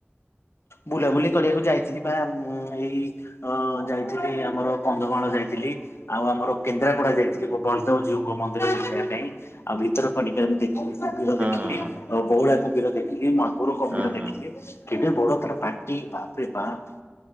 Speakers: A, on the left (about 75°); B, on the right (about 35°).
A: ବୁଲାବୁଲି କରିବାକୁ ଯାଇଥିଲି ବା ଉଁ ଏଇ ଅ ଯାଇଥିଲି ଆମର କନ୍ଧମାଳ ଯାଇଥିଲି। ଆଉ ଆମର କେନ୍ଦ୍ରାପଡା ଯାଇଥିଲି ବଳଦେବ ଜିଉଙ୍କ ମନ୍ଦିର ଦେଖିବା ପାଇଁ। ଆଉ ଭିତରକନିକା ମୁଁ ଦେଖିଲି କୁମ୍ଭୀର
B: ହଁ
A: ଦେଖିଲି
B: ହଁ
A: ଓ ବଉଳା କୁମ୍ଭୀର ଦେଖିଲି ମାଗୁର କମ୍ଭିର
B: ହଁ
A: ଦେଖିଲି
B: ହଁ ହଁ
A: କେଡେ ବଡ ତାର୍ ପାଟି ବାପ୍ରେ ବାପ୍